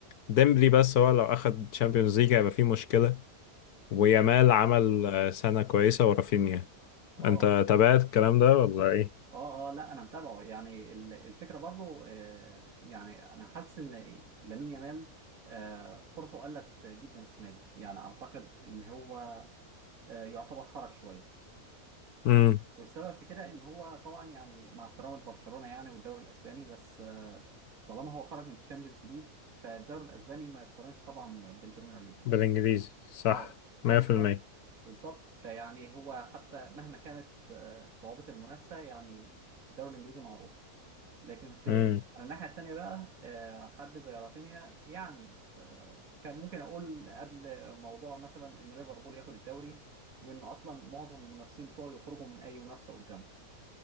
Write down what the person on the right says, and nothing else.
اه
اه اه لا انا متابعه يعني ال- الفكره برضو آه، يعني انا حاسس ان لامين يامال آه، فرصه قلت جدا السنه دي يعني اعتقد ان هو آه، يعتبر خرج شويه
آه، والسبب في كده ان هو طبعا يعني مع احترام البرشلونه يعني والدوري الاسباني بس آه، طالما هو خرج من الشامبيونز ليج فالدوري الاسباني ما يتقارنش طبعا بالبريمير ليج
اه اه
بالظبط بالظبط فيعني هو حتى مهما كانت آه، صعوبه المنافسه يعني الدوري الانجليزي معروف لكن في
على الناحية التانية بقى آه، حد زي رافينيا يعني آه، كان ممكن أقول قبل موضوع مثلا إن ليفربول ياخد الدوري وإن أصلا معظم المنافسين بتوعه يخرجوا من أي منافسة قدامه